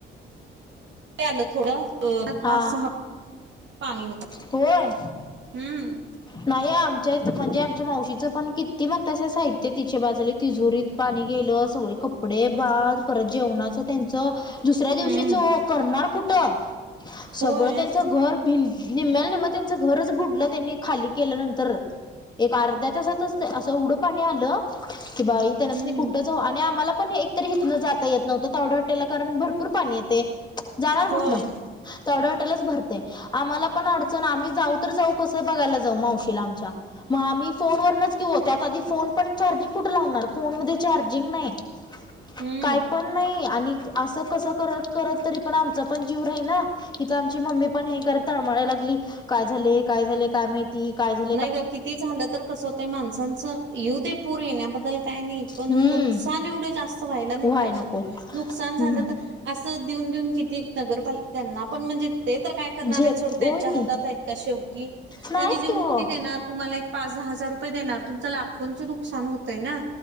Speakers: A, on the right; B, on the left.
A: आलं थोडं
B: हा
A: पाच सहा पाणी होत
B: होय
A: हम्म
B: नाही आमच्या इथ म्हणजे आमच्या मावशीचं पण किती म्हणतास साहित्य तिच्या बाजूले तिजोरीत पाणी गेलं सगळे कप् कपडे बाद परत जेवणाच त्यांच दुसऱ्या दिवशीच
A: हम्म
B: करणार कुठं? सगळं
A: होय
B: त्यांच घर भ निमल नि्म त्यांचं घरच बुडलं त्यांनी खाली केल्यानंतर. एक अर्ध्या तासातच असं एवढं पाणी आलं की बाई त्यानाच
A: हम्म
B: कुठ आणि आम्हाला पण एकतरी हितन जाता येत नव्हतं तवडे हॉटेलला कारण भरपूर पाणी येते. जाणार कुठन
A: होय
B: तावडे हॉटेलच भरतय. आम्हाला पण अडचण आम्ही जाऊ तर जाऊ कसं बघायला जाऊ मावशीला आमच्या? मग आम्ही फोनवरच की ओ त्यात आधी फोन पण चार्जिंग कुठे लावणार फोन मध्ये चार्जिंग नाही. <inaudible>
A: हम्म
B: काय पण नाही आणि असं कस करत करत तरी पण आमचा पण जीव राही ना. हित आमची मम्मी पण हे करत तळमळाला लागली काय झाले काय झाले काय माहि ती काय झा
A: नाही ग किती झालं तर कसं होतय माणसांचं येऊ देे पूर येण्याबद्दल काय नाही. पण
B: हम्म
A: नुकसान एवढं जास्त व्हायला नाही
B: व्हाय
A: पाहिजे
B: नको
A: नुकसान
B: हम्म
A: झालं तर असं देऊन देऊन किती नगरपाल त्यांना पण म्हणजे ते तर काय करणार
B: झेप
A: आहेत थोड त्यांच्या
B: होय
A: हातात
B: की
A: आहेत का शेवटी
B: नाहीच
A: त्यांनी देऊन
B: की हो
A: किती तुम्हाला एक पाच दहा हजार रुपये देणार तुमचं लाखोंचं नुकसान होतंय ना